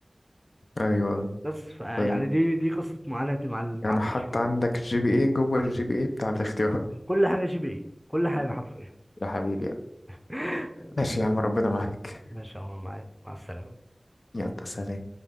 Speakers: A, on the left; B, in the centre.
A: أيوه
B: بس ف- يعني
A: ف-
B: دي دي قصة معاناتي مع ال- مع
A: يعني
B: المشروع
A: حتى
B: ده
A: عندك جي بي إيه جوه الجي بي إيه بتاع الاختيار
B: كل حاجة جي بي اي كل حاجة حرفيا
A: يا حبيبي يلا.
B: <laughs>
A: ماشي
B: ماشي
A: يا عم ربنا معاك
B: ماشي يا عمر، معاك مع السلامة
A: يلا سلام